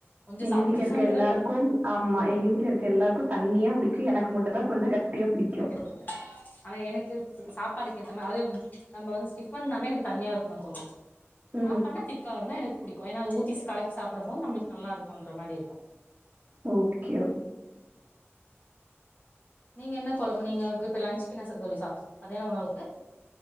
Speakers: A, on the left (about 40°); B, on the right (about 30°).
A: கொஞ்சோ
B: எங்க
A: சா
B: வீட்ல
A: டிஃபனுக்குதா
B: இருக்க எல்லாருக்கும்
A: தண்ணி
B: ஆமா எங்க வீட்ல இருக்க எல்லாருக்கு தண்ணியா புடிக்கு எனக்கு மட்டுதா கொஞ்ச கட்டியா பிடிக்கும்.
A: கட்டி குடுத்த அவ எனக்கு சாப்பாடு கேட்டனா அது நம் ம்‌ப வந்து ஸ்டிஃபன் நாவெ எனக்கு தண்ணியா இருக்கனு தோழி
B: ம்.
A: சாப்பானா திக்கா இருந்தா எனக் புடிக்கு ஏனா அது ஊத்தி கலக்கி சாப்புடும்போது நம்பளுக்கு நல்லாருக்குன்ற மாரி இருக்கு
B: ஓகே ஓ
A: நீங்க என்ன கொழம்பு நீங்க இப்ப லஞ்சுக்கு என்ன ச தோழி சா மத்தியான உணவுக்கு